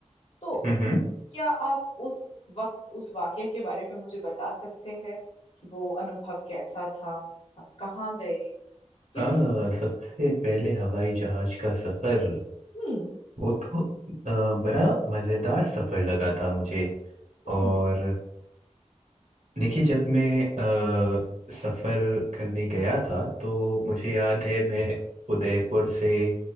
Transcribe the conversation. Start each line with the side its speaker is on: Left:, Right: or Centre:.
Left: तो
Right: हम्म
Left: क्या आप उस वक्त उस वाकये के बारे में मुझे बता सकते हैं कि वो अनुभव कैसा था आप कहाँ गए किस
Right: हाँ
Left: किस
Right: सबसे पहले हवाई जहाज का सफर
Left: हम्म
Right: वो तो अ, बड़ा मजेदार सफर लगा था मुझे
Left: हम्म
Right: और देखिए जब मैं अ, सफर करने गया था तो मुझे याद है मैं उदयपुर से